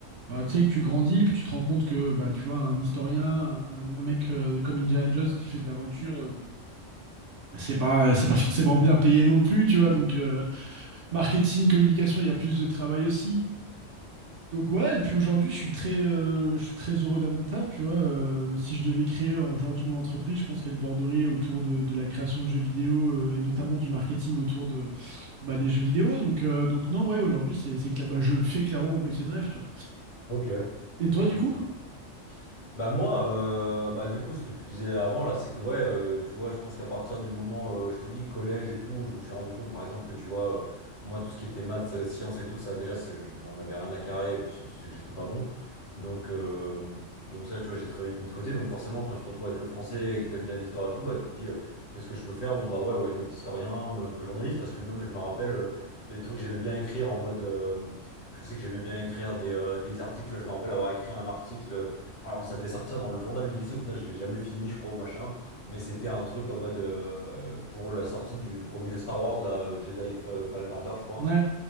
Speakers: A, on the right; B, on the left.
A: bah, tu sais, que tu grandis, puis tu te rends compte que, bah, tu vois, un historien, un, un mec euh, comme Indiana Jones qui fait de l'aventure, euh, c'est pas, c'est pas forcément bien payé non plus, tu vois, donc euh, marketing, communication, il y a plus de travail aussi. Donc ouais, et puis aujourd'hui, je suis très, euh, je suis très heureux dans mon taf, tu vois. Euh, si je devais créer euh, aujourd'hui mon entreprise, je pense qu'elle borderait autour de, de la création de jeux vidéo euh, et notamment du marketing autour de, bah, des jeux vidéo. Donc, euh, donc non, ouais, aujourd'hui, c'est, c'est cla- bah, je fais clairement mon métier de rêve, tu vois.
B: Ok.
A: Et
B: Bon,
A: toi,
B: trop
A: du
B: cool
A: coup?
B: ça. Bah moi, euh, bah du coup, ce que tu disais avant là, c'est que ouais, euh, tu vois, je pense qu'à partir du moment, euh, je te dis collège et tout, je me suis rendu compte par exemple que tu vois, euh, moi tout ce qui était maths, euh, sciences et tout, ça déjà, c'est- je n'en avais rien à carrer et puis surtout c'est que j'étais pas bon. Donc euh, donc ça, tu vois, j'ai très mis de côté. Donc forcément, quand tu te retrouves avec le français et que t'aimes bien l'histoire et tout, bah tu te dis, euh, qu'est-ce que je peux faire? Bon bah ouais, why not historien ou même un peu journaliste parce que même je me rappelle, euh, il y a des trucs que j'aimais bien écrire en mode, euh, je sais que j'aimais bien écrire des euh, des articles. Je me rappelle avoir écrit un article. Alors ça devait sortir dans le journal du lycée, au final je l'ai jamais fini je crois ou machin, mais c'était un truc en mode euh, pour la sortie du premier jeu Star Wars, là, euh, Jedi F- euh, Fallen Order je crois,
A: Ouais.